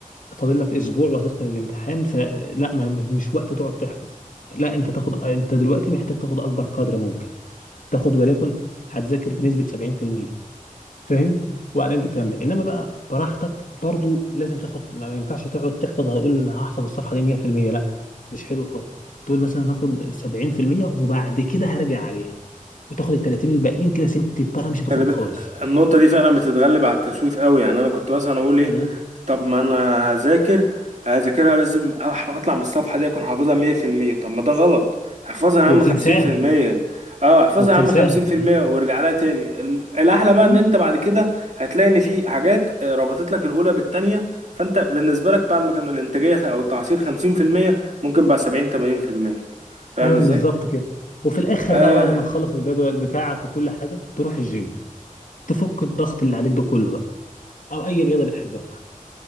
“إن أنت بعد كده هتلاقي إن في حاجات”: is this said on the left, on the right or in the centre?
Right